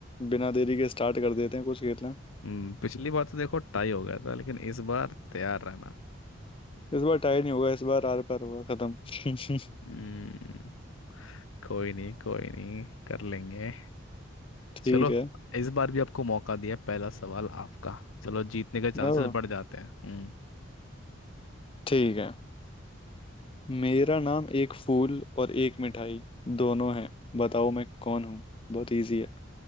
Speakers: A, on the left; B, on the left.
A: बिना देरी के स्टार्ट कर देते हैं कुछ खेलना
B: हम्म, पिछली बार तो देखो टाई हो गया था लेकिन इस बार तैयार रहना
A: इस बार टाई नहीं होगा इस बार आर पार होगा खत्म <laughs>
B: हम्म कोई नहीं कोई नहीं कर लेंगे
A: ठीक
B: चलो
A: है
B: इस बार भी आपको मौका दिया पहला सवाल आपका चलो जीतने के चांसेस
A: ओ
B: बढ़ जाते हैं हम्म
A: ठीक है मेरा नाम एक फूल और एक मिठाई दोनों है बताओ मैं कौन हूँ बहुत इजी है